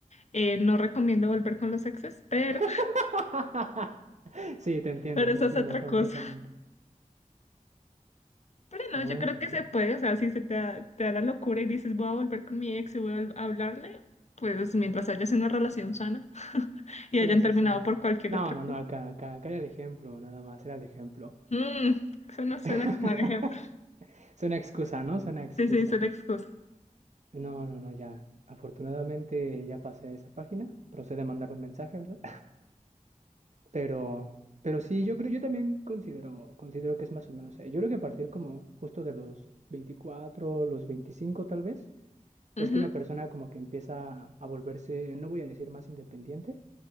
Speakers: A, on the left; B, on the right.
A: Eh, no recomiendo volver con los exes, pero,
B: <laughs> Sí, te entiendo,
A: pero
B: te
A: eso
B: entiendo
A: es otra
B: completamente.
A: cosa. Pero no,
B: Muy
A: yo creo
B: bien.
A: que se puede, o sea, si se te da, te da la locura y dices voy a volver con mi ex y voy a vol- a hablarle, pues mientras haya sido una relación sana y
B: Sí,
A: hayan
B: sí,
A: terminado
B: sí.
A: por cualquier
B: No,
A: otra
B: no,
A: cosa.
B: no, acá, acá, acá era el ejemplo, nada más, era el ejemplo.
A: Mm, eso no suena
B: <laughs>
A: como al ejemplo.
B: Es una excusa, ¿no? Es una excusa.
A: Sí, sí, es una excusa.
B: No, no, no, ya. Afortunadamente ya pasé esa página. Procede a mandar un mensaje, ¿verdad? Pero, pero sí, yo creo, yo también considero, considero que es más o menos ahí. Yo creo que a partir como justo de los 24 los 25 tal vez,
A: Ujú,
B: es que una persona como que empieza a volverse, no voy a decir más independiente,